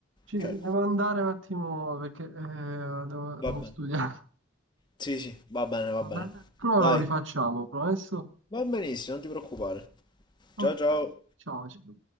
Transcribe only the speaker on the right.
ci
devo andare un attimo perché eh, devo
devo
studiare.
Vabbè,
Prova
lo rifacciamo, promesso?
Ok,
ciao. ciao.